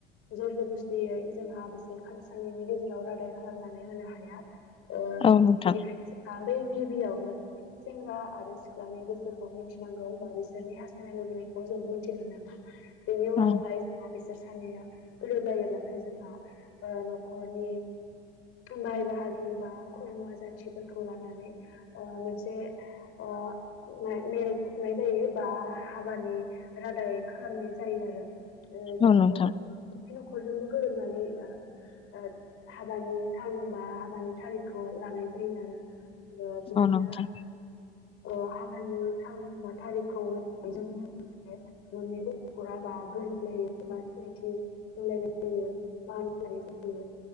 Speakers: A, on the left (about 45°); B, on the left (about 20°).
A: ज'रजबस्तियै जोंहा बिसोर खा सानैनि गेजेराव रादाय खालामनानै होनो हाया। ओ
B: औ नोंथां
A: बेनिखायनो जोंहा बे गिबियावनो सेंग्रा आरो सिख्लानि गोसोखौ मिनथिनांगौ बा बिसोरनि हास्थायनाय लुबैनायखौ जों मिथिग्रोनांगोन बेनियावनावाय
B: औ
A: जोंहा बिसोर सानैया गोरोबलायोब्लाथाय जोंहा ओ न'खरनि बाय बाहागि बा खुरमा जाथिफोरखौ लानानै ओ मोनसे ओ बा माय मेल खुंनाय जायो बा हाबानि रादाय खालामनाय जायो आरो। ओ जायखौ
B: औ नोंथां
A: <unintelligible> न'खरजोंबो गोरोबनानै ओ ओ हाबानि सान बा हाबानि थारिगखौ लानाय जायो आरो। ओ बिदिनो
B: औ नोंथां
A: ओ हा बानि सानबा थारिगखौ लानायजों लोगोसे मोननैबो न'खरा बा गोरो लायो बा सिनायथि होलायनाय जायो मान होलायनाय जायो